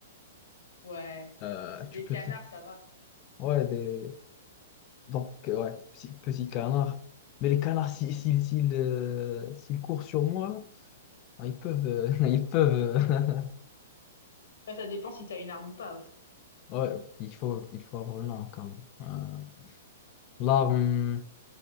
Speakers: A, on the left (about 80°); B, on the left (about 30°).
A: Ouais.
B: euh,
A: Si c'est
B: tu
A: des
B: peux
A: canards,
B: te les...
A: ça va.
B: Ouais, des... Donc, euh, ouais, petit, petit canard. Mais les canards, si- si- s'ils euh, s'ils courent sur moi, ah, ils peuvent... euh, <laughs> ils peuvent euh,
A: Après, ça dépend si t'as une arme ou pas aussi.
B: <laughs> ouais, il faut, il faut avoir une arme, quand même. Euh, là, hum,